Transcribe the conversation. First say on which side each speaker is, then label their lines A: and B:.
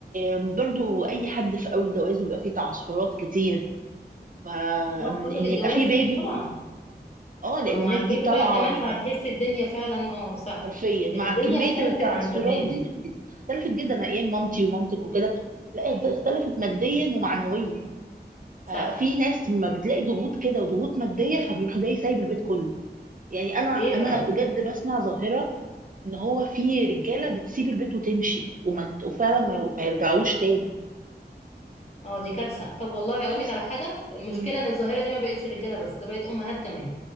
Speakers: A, on the right; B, on the left.
A: آم، برضو اي حد في اول جواز بيبقى فيه تعثرات كتير فان
B: اه في أول الجواز
A: يبقى فيه بيبي
B: آه، طبعا
A: اه لان
B: فمع
A: الناس
B: البيبي
A: دي طالعه
B: بقى كمان
A: من
B: فهتحس الدنيا فعلا اه صح
A: حرفيا مع
B: الدنيا
A: كميه
B: اختلفت
A: التعثرات
B: عن زمان
A: دي اختلفت جدا ايام مامتي ومامتك وكده لا ده اختلفت ماديا ومعنويا
B: صح
A: ففي ناس
B: مم.
A: ما بتلاقي ضغوط كده وضغوط ماديه فبيروح جاي سايب البيت كله يعني انا انا
B: بيهرب
A: بجد بسمع ظاهره ان هو في رجاله بتسيب البيت وتمشي وما وفعلا ما ما يرجعوش تاني
B: اه دي كارثة طب والله
A: كارثه
B: أقول لك على حاجة المشكلة
A: مم.
B: ان الظاهرة دي ما بقتش رجالة بس ده بقت أمهات كمان